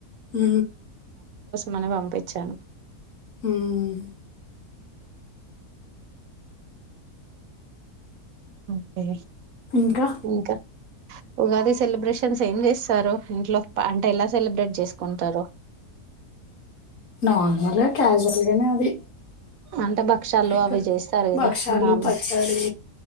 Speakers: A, on the left (about 55°); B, on the right (about 70°).
A: ఉ
B: మన పంపించాను
A: హ్మ్.
B: ఓకే
A: ఇంకా
B: ఇంకా ఉగాది సెలబ్రేషన్స్ ఏం చేస్తారు ఇంట్లో అంటే ఎలా సెలబ్రేట్ చేసుకుంటారు
A: నార్మల్గా క్యాజువల్గానే అది
B: అంటే భక్షాలు
A: ఇకా
B: అవి చేస్తారు కదా
A: భక్షాలు
B: మా
A: పచ్చడి